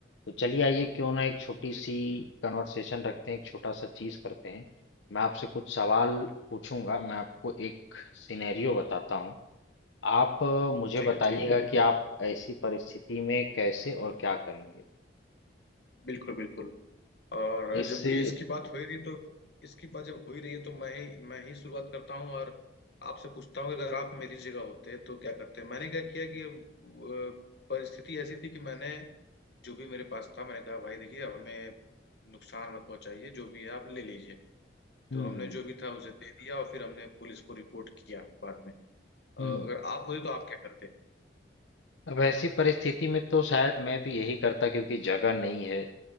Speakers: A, on the left; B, on the left.
A: तो चलिए आइए क्यों ना एक छोटी
B: हम्म,
A: सी कन्वर्सेशन रखते हैं एक छोटा सा चीज करते हैं मैं आपसे कुछ सवाल
B: हम्म,
A: पूछूंगा मैं आपको एक सिनेरियो बताता हूँ आप अ, मुझे
B: ठीक है
A: बताइएगा
B: ठीक है
A: कि आप ऐसी परिस्थिति में कैसे और क्या करेंगे
B: बिल्कुल बिल्कुल और
A: इससे
B: जब ये इसकी बात हो ही रही तो इसकी बात जब हो ही रही है तो मैं ही मैं ही शुरुआत करता हूँ और आपसे पूछता हूँ कि अगर आप मेरी जगह होते तो क्या करते मैंने क्या किया कि अब अ, परिस्थिति ऐसी थी कि मैंने जो भी मेरे पास था मैंने कहा भाई देखिए अब हमें नुकसान मत पहुंचाइए जो भी है आप ले लीजिए
A: हम्म
B: तो हमने जो भी था उसे दे दिया और फिर हमने पुलिस को रिपोर्ट किया बाद में अ,
A: हम्म
B: अगर आप होते तो आप क्या करते
A: अब ऐसी परिस्थिति में तो शायद मैं भी यही करता क्योंकि जगह नहीं है